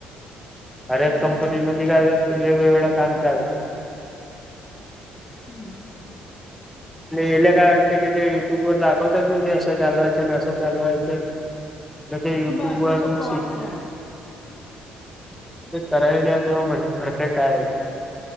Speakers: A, in the centre; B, on the left (about 30°).
A: हर
B: पण
A: एक
B: ते
A: कंपनी
B: तर आहेच
A: मध्ये काय वेग-वेगळ काम चालेचे. <inaudible>
B: हम्.
A: <unintelligible> काय वाटतं की ते युट्यूबवर दाखवत ना, असं घालवायचं अन् चालवायचं. ते युट्यूब
B: बस
A: वरून
B: ते सोपं
A: शिक
B: वाटत त्यांना
A: तिथं करायला जावा तेव्हा <unintelligible> काय होते.